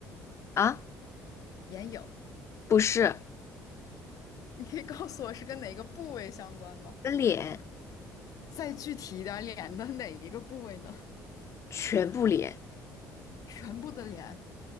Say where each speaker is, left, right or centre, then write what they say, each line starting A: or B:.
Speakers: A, on the left (about 45°); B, on the left (about 60°).
A: 啊，
B: 眼影。
A: 不是
B: 你可以告诉我是跟哪个部位相关吗？
A: 跟脸
B: 再具体一点脸的哪一个部位呢？
A: 全部脸，
B: 全部的脸，